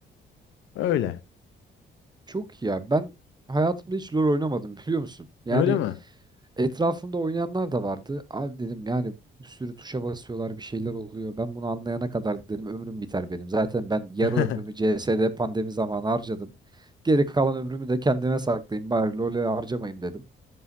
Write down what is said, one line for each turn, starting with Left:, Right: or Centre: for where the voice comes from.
Left: Öyle.
Right: Çok iyi ya. Ben hayatımda hiç LoL oynamadım <laughs> biliyor musun? Yani
Left: Öyle mi?
Right: etrafımda oynayanlar da vardı. Abi dedim yani bir sürü tuşa basıyorlar bir şeyler oluyor. Ben bunu anlayana kadar dedim ömrüm biter benim. Zaten ben yarı
Left: <laughs>
Right: ömrümü CS'de pandemi zamanı harcadım. Geri kalan ömrümü de kendime saklayayım bari LoL'e harcamayayım dedim.